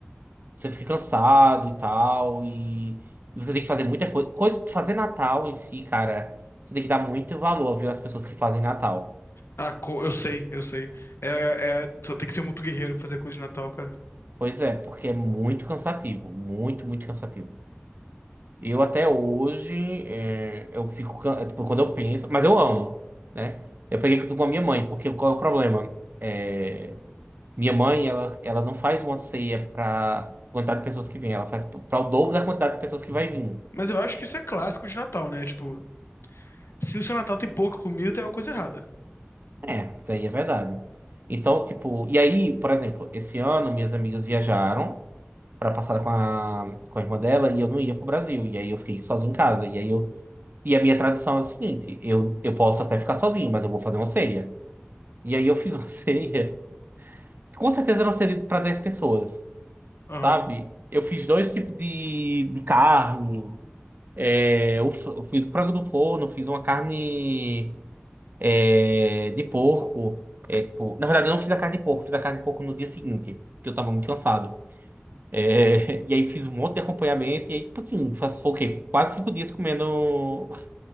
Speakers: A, on the right (about 50°); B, on the left (about 75°).
A: você fica cansado e tal. E, e você tem que fazer muita coisa. Fazer Natal em si, cara, você tem que dar muito valor, viu? Às pessoas que fazem Natal.
B: Ah, co- eu sei, eu sei. É, é- é- só tem que ser muito guerreiro pra fazer coisa de Natal, cara.
A: Pois é, porque é muito cansativo, muito, muito cansativo. Eu até hoje, é, eu fico, can- é, tipo, quando eu penso, mas eu amo, né? Eu peguei tudo com a minha mãe, porque qual é o problema? É, minha mãe, ela, ela não faz uma ceia para quantidade de pessoas que vem, ela faz para o dobro da quantidade de pessoas que vai vir.
B: Mas eu acho que isso é clássico de Natal, né? Tipo, se o seu Natal tem pouca comida, tem alguma coisa errada.
A: É, isso aí é verdade. Então, tipo, e aí, por exemplo, esse ano minhas amigas viajaram para passar com a, com a irmã dela e eu não ia pro Brasil, e aí eu fiquei sozinho em casa, e aí eu E a minha tradição é o seguinte: eu, eu posso até ficar sozinho, mas eu vou fazer uma ceia. E aí eu fiz uma <laughs> ceia, que com certeza era uma ceia para 10 pessoas,
B: Aham.
A: sabe? Eu fiz dois tipos de, de carne, é, eu, f- eu fiz o frango do forno, fiz uma carne é, de porco. é, tipo, na verdade, eu não fiz a carne de porco, fiz a carne de porco no dia seguinte, porque eu tava muito cansado. É, <laughs> e aí fiz um monte de acompanhamento, e aí, tipo assim, faz- foi o quê? Quase cinco dias comendo